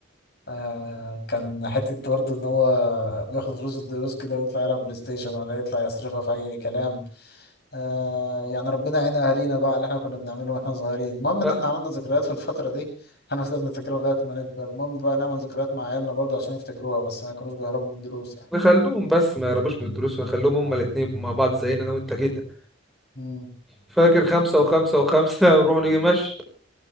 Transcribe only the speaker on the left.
آه كان حتة برضه إن هو بياخد فلوس الدروس كده ويطلع يلعب بلاي ستيشن ولا يطلع يصرفها في أي كلام آه يعني ربنا يعين أهالينا بقى على اللي إحنا كنا بنعمله وإحنا صغيرين المهم إن
إحنا عملنا ذكريات في الفترة دي هنفضل نفتكرها لغاية ما نكبر المهم بقى نعمل ذكريات مع عيالنا برضه عشان يفتكروها بس ما يكونوش بيهربوا من الدروس يعني
مم.